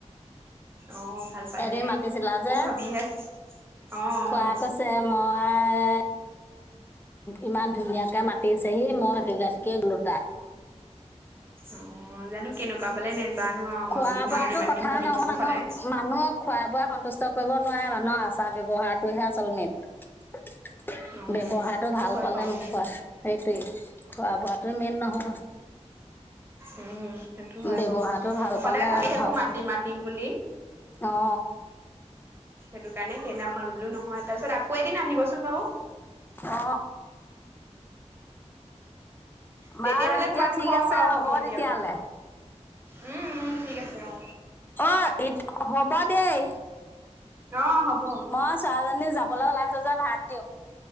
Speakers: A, on the right; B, on the left.
A: অ', ভাল পালেনে
B: এদিন মাতিছিলা যে
A: মই ভাবিহে অ', অ',
B: খোৱা কৈছে মই ইমান ধুনীয়াকে মাতিছেহি মই সেইজাতিকে ওলোটা
A: অ জানো কেনেকুৱা পালে নেজানো আৰু
B: খোৱা
A: মই বোলো
B: বোৱাটো
A: মাতিম মাতিম
B: কথা
A: ভাবি
B: নহয়
A: থাকো
B: মানুহৰ
A: সদায়
B: মানুহ খোৱা বোৱা সন্তুষ্ট কৰিব নোৱাৰে মানুহ আচাৰ ব্যৱহাৰটোহে আচল মেইন
A: উম,
B: বহাটো
A: সেইটো
B: ভাল
A: হয়
B: পালে
A: বাৰু
B: মোকখোৱা সেইটোৱে খোৱা বোৱটোৱে মেইন নহয়
A: উম সেইটো হয়
B: ব্যৱহাৰটো
A: বাৰু
B: ভাল
A: সদায়
B: পালে
A: ভাবি থাকো
B: ভাল
A: মাতিম মাতিম বুলি
B: অ
A: সেইটো কাৰণে সেইদিনাখন বোলো নহয় তাৰপিছত আকৌ এদিন আহিবচোন বাও
B: অ
A: তেতিয়াহ'লে
B: বাৰু এতিয়া
A: ভাত
B: ঠিক
A: খাওক
B: আছে
A: আৰু
B: হ'ব
A: দিয়ক
B: তেতিয়াহলে
A: উম উম ঠিক আছে অ
B: অ হ'ব দেই
A: অ হ'ব অ',
B: মই ছোৱালীজনী যা বলে উলাইছে যে ভাত দিওঁ